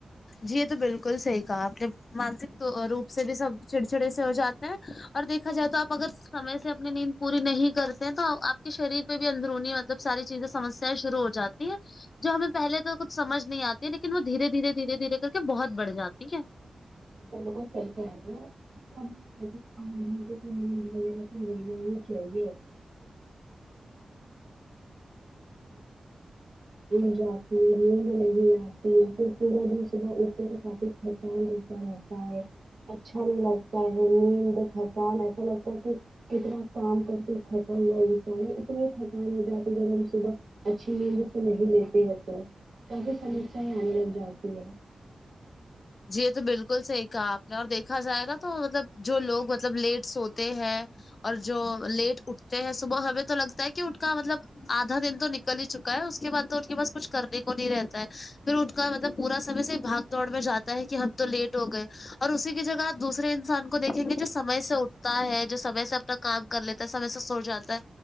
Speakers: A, on the left (about 45°); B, on the right (about 45°).
A: جی یہ تو بالکل صحیح کہا آپ نے مانسک روپ سے بھی سب چڑچڑی سے ہو جاتے ہیں اور دیکھا جائے تو آپ اگر سمے سے اپنی نیند پوری نہیں کرتے تو آپ کے شریر پہ بھی اندرونی مطلب ساری چیزیں سمسیایں شرو ہو جاتی ہیں جو ہمیں پہلے تو کچھ سمج نہیں آتی ہے لیکن وہ دھیرے دھیرے دھیرے دھیرے کر کے بہت بڑھ جاتی ہے
B: بالکل صحیح کہہ رہی ہیں اپ اب <unintelligible> وغیرہ تو لیننا ہی چاہیے <unintelligible> وہ جاتی ہے نیند نہیں آتی ہے پھر پورا دن صبح اٹھتے تو کافی تھکن جیسا رہتا ہے اچھا نہیں لگتا ہے نیند تھکن ایسا لگتا ہے کہ کتنا کام کرتے تھکا ہوا بیچے اتنی تھکان ہو جاتی جب ہم صبح اچھی نیند سے نہیں لیتے ہے تو کافی سمسیا آنے لگ جاتی ہے
A: جی یہ تو بالکل صحیح کہا آپ نے اور دیکھا جائے گا تو مطلب جو لوگ مطلب لیٹ سوتے ہیں اور جو لیٹ اٹھتے ہیں صبح ہمیں تو لگتا ہے کہ ان کا مطلب آدھا دن تو نکل ہی چکا ہے اس کے بعد تو ان کے پاس کچھ کرنے کو نہیں رہتا ہے پھر ان کا مطلب پورا سمے صرف بھگ دوڑ میں جاتا ہے کہ ہم تو لیٹ ہو گئے اور اسی کی جگہ آپ دوسرے انسان کو دیکھیں گے جو سمے سے اٹھتا ہے جو سمے سے اپنا کام کر لیتا ہے سمے سے سو جاتا ہے